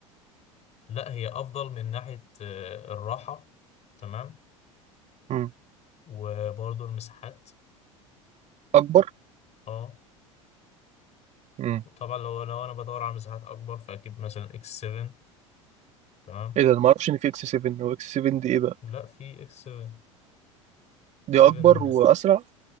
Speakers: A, on the left; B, on the right.
A: لا هي افضل من ناحية آه، الراحة تمام
B: مم.
A: وبرضه المساحات
B: اكبر
A: اه
B: مم.
A: وطبعا لو لو انا بدور على مساحات اكبر فاكيد مثلا اكس 7 تمام
B: ايه ده انا ما اعرفش ان في اكس 7 هو اكس 7 دي ايه بقى
A: لا في اكس 7 7
B: دي اكبر واسرع